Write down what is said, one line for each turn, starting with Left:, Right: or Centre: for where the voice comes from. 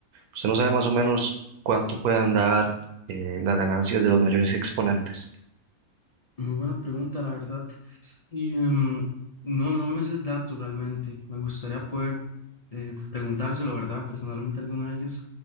Right: Usted no sabe más o menos cuánto pueden dar eh, las ganancias de los mayores exponentes.
Left: Muy buena pregunta, la verdad. Y mm, no, no me es el dato realmente. Me gustaría poder eh, preguntárselo, ¿verdad? Personalmente a alguno de ellos.